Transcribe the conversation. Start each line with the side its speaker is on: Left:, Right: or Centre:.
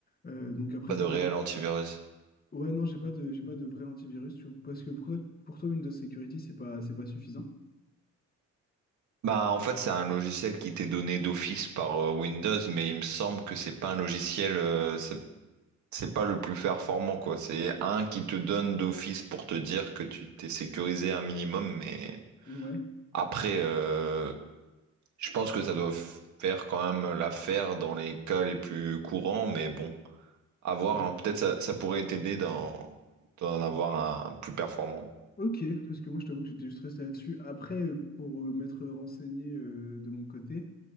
Left: Euh, donc après,
Right: Pas
Left: ça
Right: de réel
Left: peut être...
Right: antivirus.
Left: Ouais, non, j'ai pas de, j'ai pas de vrai antivirus. tu vois, Parce que pour toi, pour toi, Windows Security, c'est pas, c'est pas suffisant.
Right: Bah, en fait, c'est un logiciel qui t'est donné d'office par euh, Windows, mais il me semble que c'est pas un logiciel, euh, c'est c'est pas le plus performant, quoi. C'est un qui te donne d'office pour te dire que tu t'es sécurisé un minimum, mais
Left: Ouais,
Right: après, euh, je pense que ça doit f- faire quand même l'affaire dans les cas les plus courants, mais bon, à voir,
Left: ouais.
Right: hein. Peut-être ça, ça pourrait t'aider dans, d'en avoir un plus performant.
Left: Ok, parce que moi, je t'avoue que j'étais juste resté là-dessus. Après, pour euh, m'être renseigné euh, de mon côté,